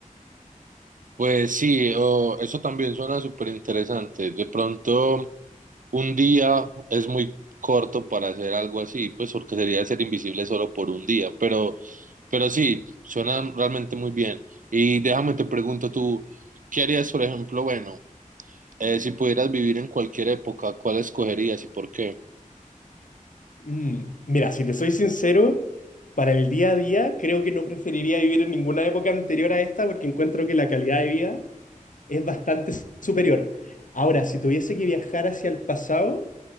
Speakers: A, on the right; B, on the left.
A: Pues sí, o- eso también suena súper interesante. De pronto, un día es muy corto para hacer algo así, pues porque sería ser invisible solo por un día, pero, pero sí, suena realmente muy bien. Y déjame te pregunto tú, ¿qué harías, por ejemplo, bueno, eh, si pudieras vivir en cualquier época, ¿cuál escogerías y por qué?
B: Mm, Mira, si te soy sincero, para el día a día creo que no preferiría vivir en ninguna época anterior a esta porque encuentro que la calidad de vida es bastante superior. Ahora, si tuviese que viajar hacia el pasado...